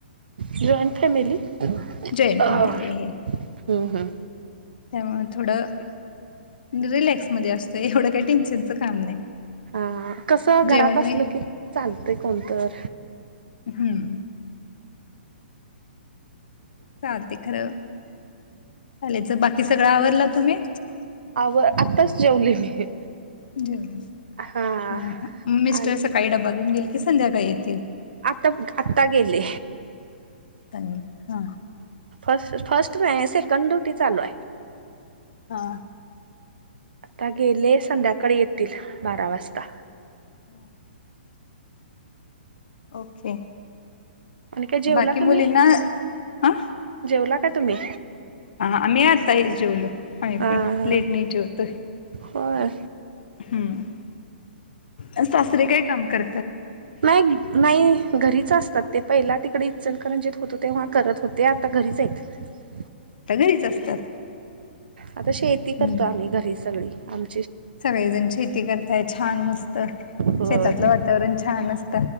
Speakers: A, on the right; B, on the left.
A: जॉईन फॅमिली अ
B: जॉईंट
A: ह
B: फॅमिली आहे.
A: हम हम.
B: त्यामुळे थोडं रिलॅक्स मध्ये असतं एवढं काही टेन्शनचं काम नाही.
A: हा कसं घरापसलं
B: जेवण वे
A: की चालतंय कोणतर
B: हम्म. चालते खरं चालायचं बाकी सगळं आवरला तुम्ही.
A: आव आत्ताच जेवले मी.
B: जेवला
A: हां
B: हा मग मिस्टर
A: आणि
B: सकाळी ड्बा घेऊन गेले. हे संध्याकाळ येतील.
A: आता आता गेले
B: तग हा.
A: फर्स्ट फर्स्ट नाही सेकंड ड्युटी चालू आहे.
B: हा.
A: आता गेले संध्याकाळी येतील बारा वाजता.
B: <inaudible> ओके.
A: आणि काय जेवला
B: बाकी मुलींना
A: तुम्ही?
B: हा
A: जेवला का तुम्ह
B: हा आम्ही आता जेवलो. आम्ही
A: हा
B: पण
A: हा
B: लेट नाहीच जेवतोय.
A: होय
B: हम्म सासरी काय काम कर
A: नाही नाही घरीच असते. तर ते पहिला तिकडे इचलकरंजी ज होत तेव्हा करत होते आता घरीच आहेत -
B: आता घरीच असतात.
A: आता शेती
B: हम्म
A: करतो आम्ही घरी सगळी आम्ही.
B: सगळेजण शेती करताय छान मस्त
A: होय
B: शेतातलं वातावरण छान असत.